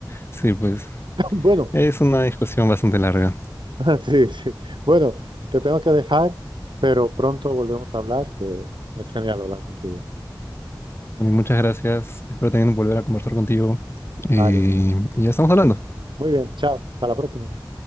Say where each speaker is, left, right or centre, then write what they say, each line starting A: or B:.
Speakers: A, on the left; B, on the right.
A: Sí, pues
B: <laughs> Bueno,
A: es una discusión bastante larga.
B: <laughs> sí, sí. Bueno, te tengo que dejar, pero pronto volvemos a hablar, que es genial hablar contigo.
A: Tony, muchas gracias. Espero también volver a conversar contigo. Y,
B: Vale,
A: y ya estamos hablando.
B: muy bien, chao, hasta la próxima.